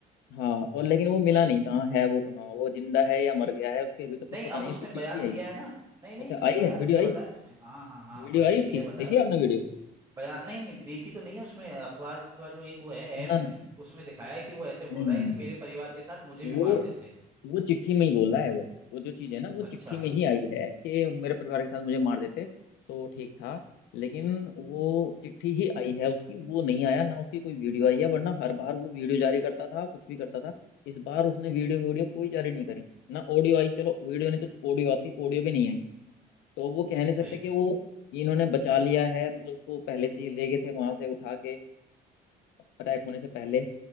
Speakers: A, on the left (about 85°); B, on the right (about 25°).
A: हाँ और लेकिन वो मिला नहीं कहाँ है वो कहाँ वो जिंदा है या मर गया है उसके अभी तक
B: नहीं
A: कुछ पता
B: अब
A: नहीं
B: उसने
A: उसकी चिट्ठी
B: बयान दिया
A: आई है
B: है ना नहीं नहीं
A: अच्छा
B: नहीं
A: आई
B: बयान
A: है वीडियो
B: दिया
A: आई
B: बताया उसने हाँ हाँ हाँ
A: वीडियो
B: ब-
A: आई उसकी
B: दिया बताया
A: देखी
B: उसने।
A: आपने वीडियो
B: बयान नहीं नहीं देखी तो नहीं है उसमें अखबार का जो एक वो है ऐप
A: ना ना
B: उसमें दिखाया है कि वो ऐसे बोल
A: नहीं
B: रहा
A: नहीं
B: है
A: नहीं
B: कि
A: नहीं
B: मेरे परिवार के साथ मुझे
A: वो
B: भी मार देते
A: वो चिट्ठी में ही बोल रहा है वो वो जो चीज है ना वो
B: अच्छा
A: चिट्ठी में ही आई है कि मेरे परिवार के साथ मुझे मार देते तो ठीक था लेकिन वो चिट्ठी ही आई है उसकी वो नहीं आया ना उसकी कोई वीडियो आई है वरना हर बार वो वीडियो जारी करता था कुछ भी करता था इस बार उसने वीडियो वीडियो कोई जारी नहीं करी ना ऑडियो आई चलो वीडियो नहीं तो ऑडियो आती ऑडियो भी नहीं आई तो वो कह नहीं सकते
B: सही
A: कि
B: है
A: वो इन्होंने बचा लिया है मतलब उसको पहले से ही ले गए थे वहां से उठा के अ, अटैक होने से पहले